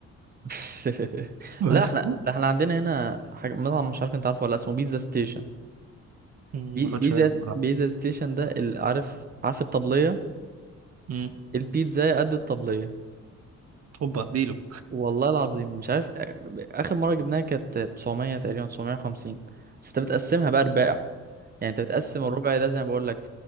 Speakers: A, on the right; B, on the right.
A: <laughs>
B: <laughs>
A: لا احنا ده احنا عندنا هنا حاجة مطعم مش عارف انت عارفه ولا اسمه بيتزا ستيشن
B: ما
A: بي...
B: ما اخدش
A: بيتزا
B: بالي من الموضوع.
A: بيتزا ستيشن ده ال- عارف عارف الطبلية
B: مم،
A: البيتزا قد الطبلية
B: هوبا اديله
A: والله العظيم مش عارف آخر مرة جبناها كانت 900 تقريبا 950 بس انت بتقسمها بقى رباع يعني انت بتقسم الربع ده زي ما بقول لك